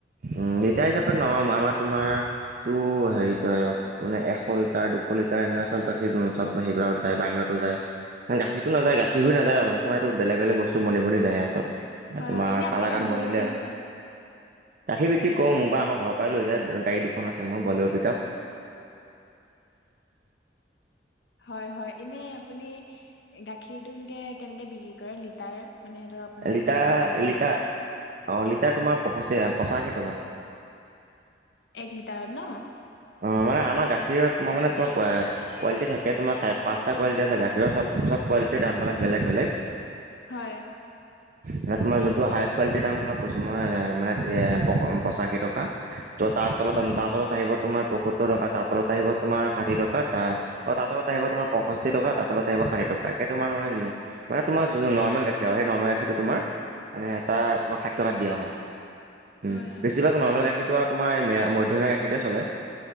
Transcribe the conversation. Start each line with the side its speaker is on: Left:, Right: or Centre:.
Right: উম লিটাৰ হিচাপে নহয়। আমাৰ তোমাৰ তো হেৰিত কৰে আও মানে এশ লিটাৰ তাৰ দুশ লিটাৰ এনেকৈ চব গাখীৰ, চব গাখীৰবিলাকত যায় বাহিৰতো যায় <unintelligible> গাখীৰ নাযায় গাখীৰ
Left: হয়
Right: হৈ নাযায়। তোমাৰ এইটো বেলেগ-বেলেগ বস্তু বনি-বনি যায় আও সব।
Left: হয়
Right: তোমাৰ
Left: হয় এনে আপুনি
Right: কালাকান
Left: গাখীৰ
Right: বনিলে।
Left: বিক্ৰী নকৰে
Right: গাখীৰ বিক্ৰী কৰোঁ, মোৰ বা আমাৰ ঘৰৰ পৰাই লৈ যায়। গাড়ী দুখন আছে মোৰ বলেৰ পিকআপ।
Left: <inaudible> হয়, হয়। এনেই আপুনি গাখীৰটো কেনেকে বিক্ৰী কৰে? লিটাৰ মানে ধৰ আপোনাৰ
Right: লিটাৰ,
Left: এশ বুলি
Right: আ
Left: ক'লে
Right: লিটাৰ।
Left: যে
Right: অ' লিটাৰ তোমাৰ পষষ্ঠি কে পঁচাশী টকা।
Left: এক লিটাৰত ন?
Right: অ' মানে আমাৰ গাখীৰত, ম‌ই মানে তোমাৰ কোৱালিটি থাকে। তোমাৰ চাই পাঁচটা কোৱালিটি আছে। গাখীৰৰ চব-চব কোৱালিটিৰ দামবিলাক বেলেগ-বেলেগ।
Left: হয়।
Right: মানে তোমাৰ যোনটো হাইচ কোৱালিটিৰ দাম তোমাক কৈছোঁ, মই মানে পঁচাশী টকা। ত' তাৰ তলত,
Left: হয়
Right: তাৰ তলত আহিব তোমাৰ পসত্তৰ টকা তাত। তলত আহিব তোমাৰ ষাঠি টকা, তা-তাৰ তলত আহিব তোমাৰ পয়ষষ্ঠি টকা, তাৰ তলত আহিব ষাঠি টকা। ইকেই তোমাৰ মানে মানে তোমাৰ নৰ্মেল গাখীৰ আৰু। সেই গাখীৰটো তোমাৰ মানে এটা তোমাৰ ষাথী টকাত দিয়া হয়। উম,
Left: হয় হয়
Right: বেছিভাগ নৰ্মেল গাখীৰটো আৰু তোমাৰ মধ্যমীয়া গাখীৰটোৱে চলে।